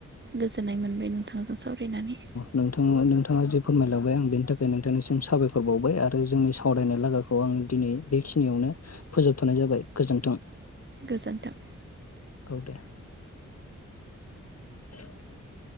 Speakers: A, on the right; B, on the left.
A: गोजोननाय मोनबाय नोंथांजों सावरायनानै
B: नोंथां नोंथाङा जे फोरमायलायबाय आं बेनि थाखाय नोंथांनिसिम साबायखर बावबाय आरो जोंनि सावरायनाय लागाखौ आं दिनै बेखिनियावनो फोजोबथ'नाय जाबाय गोजोन्थों
A: गोजोन्थों
B: औ दे <inaudible>